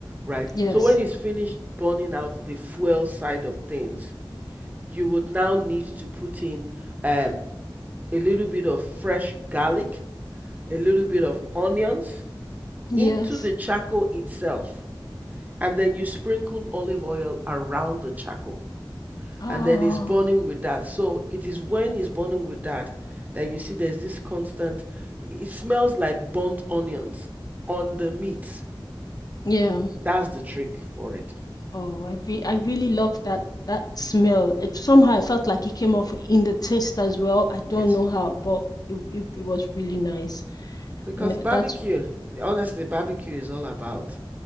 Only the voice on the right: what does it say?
right?
So when it's finished burning out the fuel side of things, you would now need to put in um, a little bit of fresh garlic, a little bit of onions
into the charcoal itself. And then you sprinkle olive oil around the charcoal.
And then it's burning with that. So it is when it's burning with that that you see there's this constant, it smells like burnt onions on the meat.
That's the trick for it.
Yes.
Because
barbecue,
honestly, barbecue is all about